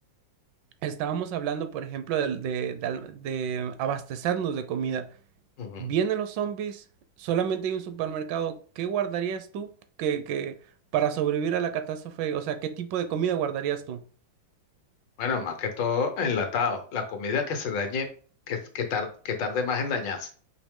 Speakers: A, on the right (about 75°); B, on the left (about 75°).
A: Estábamos hablando, por ejemplo, del- de, de al- de abastecernos de comida.
B: Ujú.
A: Vienen los zombies, solamente hay un supermercado. ¿Qué guardarías tú que, que para sobrevivir a la catástrofe? O sea, ¿qué tipo de comida guardarías tú?
B: Bueno, más que todo enlatado. La comida que se dañe, que, que, tar- que tarde más en dañarse.